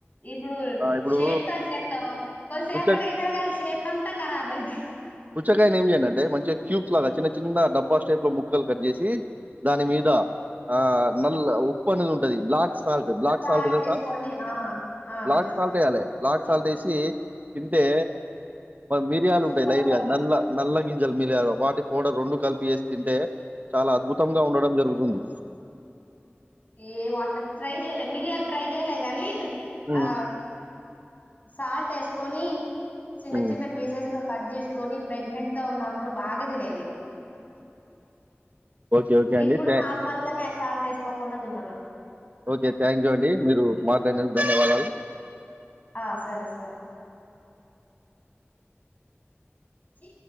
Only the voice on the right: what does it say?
ఆ! ఇప్పుడు
పుచ్చ
పుచ్చకాయన ఏం చేయాలంటే మంచిగా క్యూ లాగా చిన్న చిన్న డబ్బా స్టైప్ లో ముక్కలు కట్ చేేసి దాని మీద ఆ నల్ల ఉప్పు అనేది ఉంటది బ్లాక్ ఫల్ట్ బ్లాక్
సాల్ట్సా తెలుసా
బ్లాక్
సాల్ట్ వేయలే బ్లాక్ సాల్ట్ తింటే మిరియాలు
ఉంటాయి లైట్
గ నల్ల నల్ల గింజలు మిరియాలు వాటి పౌడర్ రెండు కలిపి వేసి తింటే చాలా అద్భుతంగా ఉండడం జరుగుతుంది
ఉమ్
ఉమ్
ఓకే ఓకే అండి
థన్
ఓకే థ్యాంక్ యూ అండి మీరు మాట్లాడినందుకు ధన్యవాదాలు